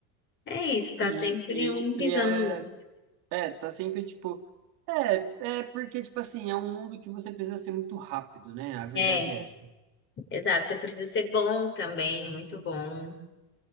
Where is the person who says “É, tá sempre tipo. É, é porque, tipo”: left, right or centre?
Right